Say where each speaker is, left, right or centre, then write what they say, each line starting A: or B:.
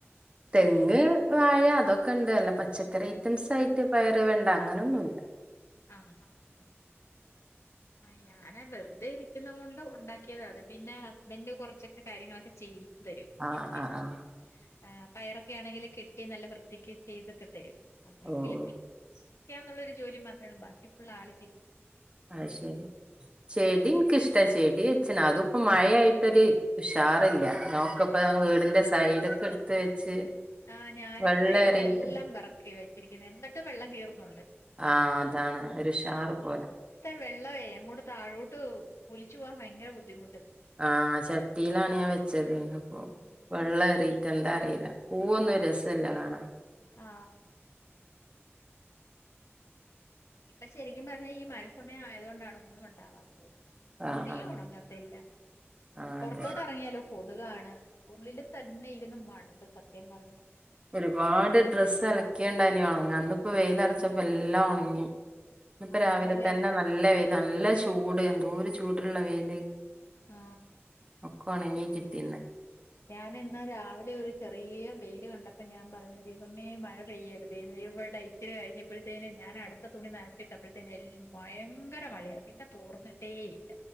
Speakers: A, on the right (about 25°); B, on the left (about 80°).
A: തെങ്ങ്
B: കൃഷിയൊന്നുമില്ല
A: വാഴ അതൊക്കെ അതൊക്കെ ഉണ്ട് അല്ല പച്ചക്കറി ഐറ്റംസ് ആയിട്ട് പയറ് വേണ്ട അങ്ങനെയൊന്നുമില്ല
B: ആഹ് ആഹ് ആഹ ആ ഞാന് വെറുതെ ഇരിക്കുന്ന കൊണ്ട് ഉണ്ടാക്കിയത അത് പിന്നെ ഹസ്ബൻഡ് കുറച്ചൊക്കെ കാര്യങ്ങളൊക്കെ ചെയ്തു തരും
A: ആഹ്
B: എനിക്ക്
A: ആഹ് ആഹ്
B: അഹ് പയറൊക്കെ ആണെങ്കിൽ കെട്ടി നല്ല വൃത്തിക്കു ചെയ്തൊക്കെ തരും നമ്മളെ
A: ഓ
B: കിളിപ്പി
A: ഓ
B: <unintelligible> ജോലി മാത്രേള്ളൂ ബാക്കി ഫുള്ള് ആള് ചെയ്യൂ
A: ആഹ് ശെരി ചെടി എനിക്കിഷ്ടാ ചെടി വെച്ചന അത് ഇപ്പോ മഴയായിട്ടൊരു ഉഷാറില്ല നോക്കപ്പ വീടിന്റെ സൈടിക്ക് എടുത്ത് വെച്ച്
B: ആഹ് ഞാനും
A: വെള്ളം
B: സൈഡിലെല്ലാം
A: ഏറിയിട്ട്
B: പിറക്കി വെച്ചു ഇരികുന്നെ എന്നിട്ടും വെള്ളം കയറുന്നുണ്ട്
A: ആ അതാണ് ഒരു ഉഷാറു പോലെ
B: വെള്ളവെ അങ്ങോട്ട് താഴോട്ട് ഒലിച്ചു പോകാൻ ഭയങ്കര ബുദ്ധിമുട്ട്
A: ആ ചട്ടിലാണ് ഞാൻ വെച്ചത് അപ്പൊ
B: ഉം
A: വെള്ളം എറി എന്താന്ന് അറിയില്ല പൂവൊന്നും രസല്ല കാണാ
B: ആ ഇപ്പൊ ശരിക്കും പറഞ്ഞാ ഈ മഴ സമയം ആയത് കൊണ്ടാണ് ഒന്നും ഉണ്ടാവാത്തത് തുണിയും
A: ആ ആ
B: ഉണങ്ങത്തില്ല
A: ആ
B: പുറത്തോട്ട്
A: അതെ
B: ഇറങ്ങിയാലോ കൊതുകാണ് ഉള്ളില് തന്നെ ഇരുന്നു മടുത്ത് സത്യം പറഞ്ഞ
A: ഒരുപാട് ഡ്രസ്സ് അലക്കിയേണ്ടായിനി ഉണങ്ങ അന്നപ്പോ വെയിലരച്ചപ്പോ എല്ലാം ഉണങ്ങി ഇപ്പ രാവിലെ
B: ആന്നല്ലേ
A: തന്നെ നല്ല
B: അശ്ശോ
A: വെയിൽ നല്ല ചൂ ചൂട് എന്തോ ചൂടുള്ള വെയില്
B: ആ
A: ഒക്കെ ഒണങ്ങീ കിട്ടീന്ന്
B: ഞാൻ ഇന്ന് രാവിലെ ഒരു ചെറിയ വെയില് കണ്ടപ്പം ഞാൻ പറഞ്ഞു ദൈവമേ മഴ പെയ്യരുതെ എവിടെ ഇച്ചിരി കഴിഞ്ഞപ്പോഴത്തേനും ഞാൻ അടുത്ത തുണി നനച്ചിട്ടപ്പോഴത്തേനെ ഭയങ്കര മഴയായി പിന്നെ തോർന്നിട്ടേ ഇല്ല